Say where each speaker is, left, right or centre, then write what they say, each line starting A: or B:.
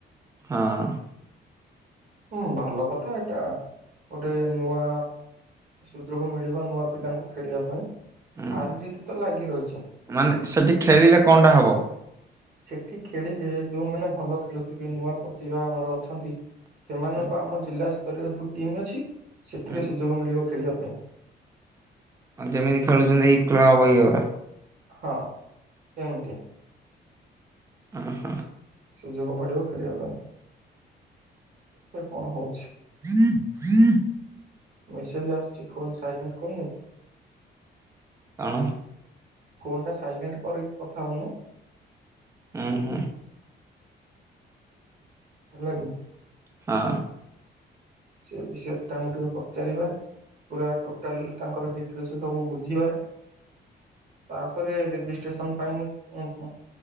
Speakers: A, on the right; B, on the right.
A: ହଁ
B: ହୁଁ ଭଲ କଥା ଏଇଟା, ଗୋଟେ ନୂଆ ସୁଯୋଗ ମିଳିବ ନୂଆ ପିଲାଙ୍କୁ ଖେଳିବା ପାଇଁ।
A: ହୁଁ
B: ହାର ଜିତ ତ ଲାଗି ରହିଛି।
A: <inaudible> ମାନେ ସେଠି ଖେଳିଲେ କଣଟା ହବ?
B: ସେଠି ଖେଳିଲେ ଯୋଉମାନେ ଭଲ ଖେଳୁଥିବେ ନୂଆ ପ୍ରତିଭା ଆମର ଅଛନ୍ତି ସେମାନଙ୍କୁ
A: ଉଁ
B: ଆମ ଜିଲ୍ଲା ତରିଅର ଯୋଉ ଟିମ୍ ଅଛି। ସେଥିରେ
A: ହୁଁ
B: ସୁଯୋଗ ମିଳିବ ଖେଳିବା <inaudible>
A: ଆଉ ଯେମିତି ଖେଳୁଛନ୍ତି ଏଇ କ୍ଲବ ଏଇଗୋରା
B: ହଁ ଏମତି
A: ହଁ ହଁ
B: ସୁଯୋଗ ମିଳିବ ଖେଳିବା ପାଇଁ <inaudible> ଏ କଣ ହଉଚି।
A: <inaudible>
B: ମେସେଜ ଆସୁଚି ଫୋନ୍ ସାଇଲେଣ୍ଟ କରିନୁ।
A: କଣ <inaudible>
B: ଫୋନ ଟା ସାଇଲେଣ୍ଟ କରି କି କଥା ହୋଉନୁ।
A: ହୁଁ ହୁଁ।
B: ହେଲାକି?
A: ହଁ
B: ସେ ବିଷୟରେ ତାଙ୍କୁ ଟିକେ ପଚାରିବା ପୁରା ଟୋଟାଲ ତାଙ୍କର ଡିଟ୍ରେସେ ସବୁ ବୁଝିବା <inaudible> ତାପରେ ରେଜିଷ୍ଟ୍ରେସନ ପାଇଁ ଉଁ ଉଁ